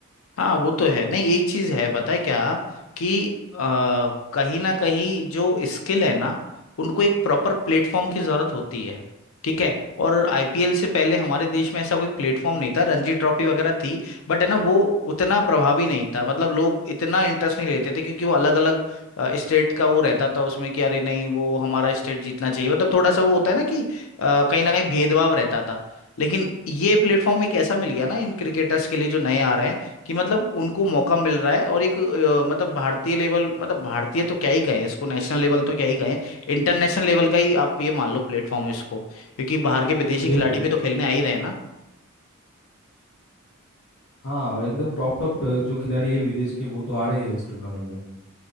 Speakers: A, on the left; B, on the left.
A: हाँ वो तो है नहीं एक चीज है पता है क्या कि आ, कहीं ना कहीं जो स्किल है ना उनको एक प्रॉपर प्लेटफॉर्म की जरूरत होती है ठीक है और आईपीएल से पहले हमारे देश में ऐसा कोई प्लेटफॉर्म नहीं था रणजी ट्रॉफी वगैरह थी बट है ना वो उतना प्रभावी नहीं था मतलब लोग इतना इंटरेस्ट नहीं लेते थे क्योंकि वो अलग अलग स्टेट का वो रहता था उसमें कि अरे नहीं वो हमारा स्टेट जीतना चाहिए मतलब थोड़ा सा वो होता है ना कि अ, कहीं ना कहीं भेदभाव रहता था लेकिन ये प्लेटफॉर्म एक ऐसा मिल गया ना इन क्रिकेटर्स के लिए जो नए आ रहे हैं कि मतलब उनको मौका मिल रहा है और एक अ, मतलब भारतीय लेवल मतलब भारतीय तो क्या ही कहें इसको नेशनल लेवल तो क्या ही कहें इंटरनेशनल लेवल का ही आप ये मान लो प्लेटफॉर्म इसको क्योंकि बाहर के विदेशी खिलाड़ी
B: बिल्कुल
A: भी तो खेलने आ ही रहे हैं ना
B: हाँ एकदम टॉप टॉप जो खिलाड़ी है विदेश के वो तो आ रहे हैं इस टूर्नामेंट में